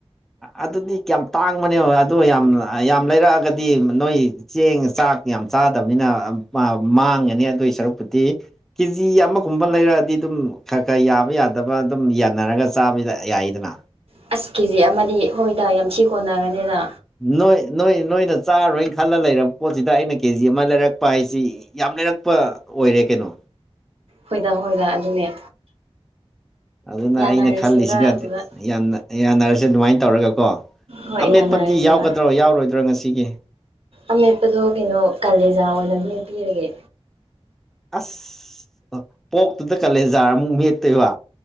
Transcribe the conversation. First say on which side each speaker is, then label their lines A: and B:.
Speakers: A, in the centre; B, on the right.
A: ꯑꯗꯨꯗꯤ ꯀꯌꯥꯝ ꯇꯥꯡꯕꯅꯦ <unintelligible> ꯑꯗꯨ ꯌꯥꯝ ꯌꯥꯝ ꯂꯩꯔꯛꯑꯒꯗꯤ ꯅꯣꯏ꯫ ꯆꯦꯡ ꯆꯥꯛ ꯌꯥꯝ ꯆꯥꯗꯕꯅꯤꯅ ꯃꯥ ꯃꯥꯡꯉꯅꯤ ꯑꯗꯨꯏ ꯁꯔꯨꯛꯄꯨꯗꯤ꯫ ꯀꯦꯖꯤ ꯑꯃꯒꯨꯝꯕ ꯂꯩꯔꯛꯑꯗꯤ ꯑꯗꯨꯝ ꯈꯔ ꯈꯔ ꯌꯥꯕ ꯌꯥꯗꯕ ꯑꯗꯨꯝ ꯌꯥꯟꯅꯔꯒ ꯆꯥꯕꯗꯤ ꯌꯥꯏꯗꯅ
B: ꯑꯁ ꯀꯦꯖꯤ ꯑꯃꯗꯤ ꯍꯣꯏꯗ ꯌꯥꯝ ꯊꯤ ꯀꯣꯟꯅꯔꯅꯤꯗꯥ
A: ꯅꯣꯏ ꯅꯣꯏ ꯅꯣꯏꯅ ꯆꯥꯔꯣꯏ ꯈꯜꯂꯥ ꯂꯩꯔ ꯄꯣꯠꯁꯤꯗ ꯑꯩꯅ ꯀꯦꯖꯤ ꯑꯃ ꯂꯩꯔꯛꯄ ꯍꯥꯏꯁꯤ ꯌꯥꯝ ꯂꯩꯔꯛꯄ ꯑꯣꯏꯔꯦ ꯀꯩꯅꯣ꯫
B: ꯍꯣꯏꯗ ꯍꯣꯏꯗ ꯑꯗꯨꯅꯦ
A: ꯑꯗꯨꯅ
B: ꯌꯥꯅꯔꯁꯦꯕ
A: ꯑꯩꯅ ꯈꯜꯂꯤꯁꯤꯒꯗꯤ
B: ꯑꯗꯨꯗ
A: ꯌꯥꯅ ꯌꯥꯅꯔꯁꯦ ꯑꯗꯨꯃꯥꯏꯅ ꯇꯧꯔꯒꯀꯣ
B: ꯍꯣꯏ
A: ꯑꯃꯦꯠꯄꯗꯤ
B: ꯌꯥꯅꯔꯁꯦ
A: ꯌꯥꯎꯒꯗ꯭ꯔꯣ
B: ꯍꯣꯏ
A: ꯌꯥꯎꯔꯣꯏꯗ꯭ꯔꯣ ꯉꯁꯤꯒꯤ
B: ꯑꯃꯦꯠꯄꯗꯣ ꯀꯩꯅꯣ ꯀꯥꯂꯦꯖꯥ ꯑꯣꯏꯅ ꯃꯦꯞꯄꯤꯔꯒꯦ꯫
A: ꯑꯁ ꯑꯥ ꯄꯣꯛꯇꯨꯗ ꯀꯥꯂꯦꯖꯥꯔ ꯑꯃꯨꯛ ꯃꯦꯠꯇꯣꯏꯕ